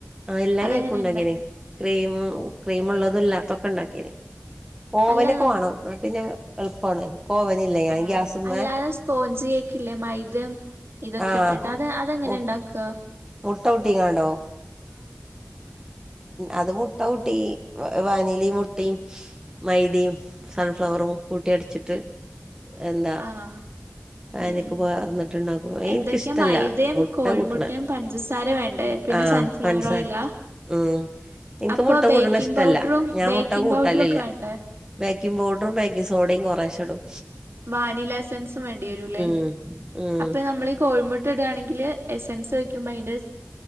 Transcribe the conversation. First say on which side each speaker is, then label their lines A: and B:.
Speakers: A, on the right; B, on the right.
A: ആ എല്ലാ
B: അതെങ്ങനെ
A: കേക്കും ഇണ്ടാക്കിനി
B: ഉണ്ടാക്ക
A: ക്രീമും ക്രീമ് ഉള്ളതുംല്ലാത്തൊക്കെ ഇണ്ടാക്കീനി ഓവനൊക്കെ
B: അല്ല നം
A: വാണം ന്ന പിന്നെ എളുപ്പാണ് ഓവനില്ല ഞാൻ
B: ആഹ്
A: ഗ്യാസുമ്മേ
B: അല്ലാതെ സ്പോഞ്ച് കേക്കില്ലേ മൈദംഇതൊക്കെ
A: ആഹ്
B: ഇട്ടിട്ട് അത് അതെങ്ങനെ
A: മു
B: ഇണ്ടാക്ക
A: മുട്ട കൂട്ടിക്കണ്ടോ? അത് മുട്ട കൂട്ടി വാനിലിം മുട്ടയും മൈദയും സൺഫ്ലവറും കൂട്ടി അടിച്ചിട്ട് എന്താ
B: ആഹ
A: പാനിക്ക്
B: ഉം ഉം
A: പാർന്നിട്ടുണ്ടാക്കും എനിക്കിഷ്ടല്ല
B: എന്തൊക്കെയാ മൈദയും
A: മുട്ട
B: കോഴിമുട്ടയും
A: കൂട്ടണ
B: പഞ്ചസാര വേണ്ടേ പിന്നെ
A: ആഹ്
B: സൺഫ്ലവർ
A: പൻസാര
B: ഓയിലാ
A: ഉം എനിക്ക്
B: അപ്പൊ
A: മുട്ട
B: ബേക്കിംഗ്
A: കൂട്ടണ ഇഷ്ടമല്ല
B: പൗഡറും
A: ഞാൻ
B: ബേക്കിംഗ്
A: മുട്ട കൂട്ടലില്ല
B: പൗഡറും ഒക്കെ വേണ്ടേ
A: ബേക്കിംഗ പൗഡറും ബേക്കിങ് സോഡ കുറേച്ചടും
B: വാനിലാ എസൻസും വേണ്ടി വരൂല്ലേ
A: ഉം ഉം
B: അപ്പൊ നമ്മളീ കോഴിമു.. ട്ട ഇടുകയാണെങ്കിൽ എസെൻസ് ഒയ്ക്കുമ്പോൾ അതിൻ്റെ